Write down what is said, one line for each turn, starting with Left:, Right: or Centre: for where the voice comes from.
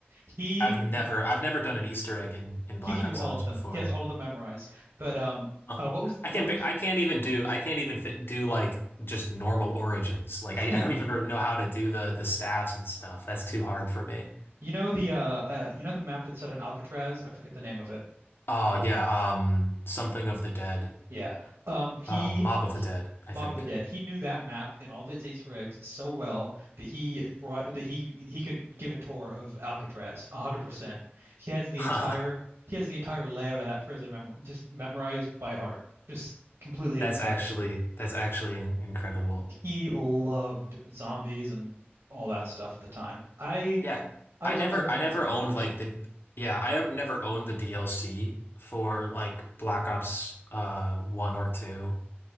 Right: He
Left: I've never I've never done an Easter egg in in Black
Right: he can do
Left: Ops
Right: all
Left: Zombies
Right: of them.
Left: before.
Right: He has all of them memorized. But um
Left: Huh.
Right: uh what was
Left: I
Right: what
Left: can't ba-
Right: was
Left: I can't even do I can't even fit, do like just normal origins. Like
Right: <laughs>
Left: I, I don't even re- know how to do the the staffs and stuff. That's too hard for me.
Right: you know the uh, uh you know the map that's set in Alcatraz? I forget the name of it.
Left: Oh yeah, um, something of the dead,
Right: Yeah. Um he
Left: uh, Mob of the Dead, I
Right: Mob
Left: think.
Right: of the Dead. He knew that map and all of its Easter eggs so well that he brought that he he could give a tour of Alcatraz 100%. He has the
Left: <laughs>
Right: entire he has the entire layout of that prison mem just memorized by heart, just completely
Left: That's
Right: in his
Left: actually
Right: head.
Left: that's actually in- incredible.
Right: He loved zombies and all that stuff at the time. I
Left: Yeah,
Right: I
Left: I
Right: was
Left: never
Right: always more of
Left: I
Right: a multiplayer
Left: never owned
Right: person.
Left: like the yeah, I have never owned the DLC for like Black Ops uh 1 or 2.